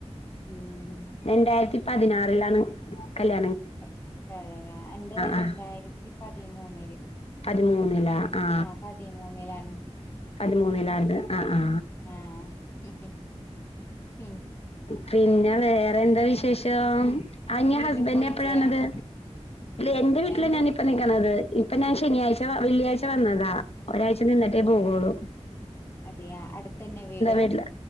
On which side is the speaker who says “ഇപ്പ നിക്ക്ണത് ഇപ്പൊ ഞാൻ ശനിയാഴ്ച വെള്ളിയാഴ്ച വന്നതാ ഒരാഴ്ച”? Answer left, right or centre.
Left